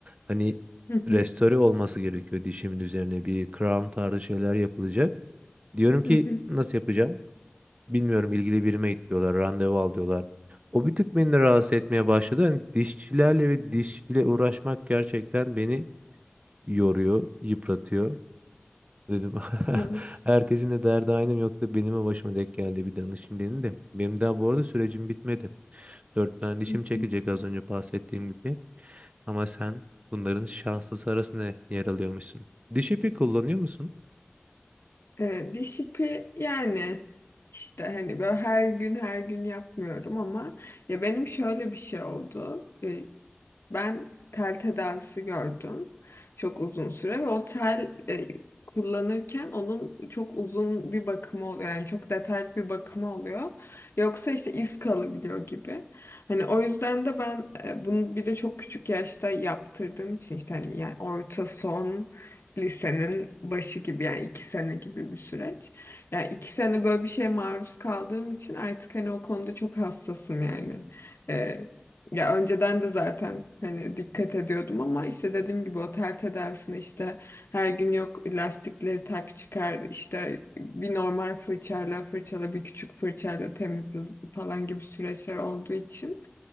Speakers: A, on the right; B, on the left.
A: Hani
B: Hı
A: restore
B: hı,
A: olması gerekiyor dişimin üzerine bir crown tarzı şeyler yapılacak. Diyorum ki
B: hı hı.
A: nasıl yapacağım? Bilmiyorum ilgili birime git diyorlar, randevu al diyorlar. O bir tık beni de rahatsız etmeye başladı. Hani dişçilerle ve diş ile uğraşmak gerçekten beni yoruyor, yıpratıyor. Dedim <laughs>
B: Evet.
A: herkesin de derdi aynı mı yoksa benim mi başıma denk geldi bir danışayım dedim de. Benim daha bu arada sürecim bitmedi. Dört tane dişim
B: Hı
A: çekecek
B: hı.
A: az önce bahsettiğim gibi. Ama sen bunların şanslısı arasında yer alıyormuşsun. Diş ipi kullanıyor musun?
B: Ee, diş ipi yani işte hani böyle her gün her gün yapmıyorum ama ya benim şöyle bir şey oldu. Ben tel tedavisi gördüm çok uzun süre ve o tel e, kullanırken onun çok uzun bir bakımı oluyor. Yani çok detaylı bir bakımı oluyor. Yoksa işte iz kalabiliyor gibi. Hani o yüzden de ben e, bunu bir de çok küçük yaşta yaptırdığım için işte hani yani orta son lisenin başı gibi yani iki sene gibi bir süreç. Yani iki sene böyle bir şeye maruz kaldığım için artık hani o konuda çok hassasım yani. E, ya önceden de zaten hani dikkat ediyordum ama işte dediğim gibi o ter tedavisine işte her gün yok lastikleri tak çıkar işte bir normal fırçayla fırçala bir küçük fırçayla temizle falan gibi süreçler olduğu için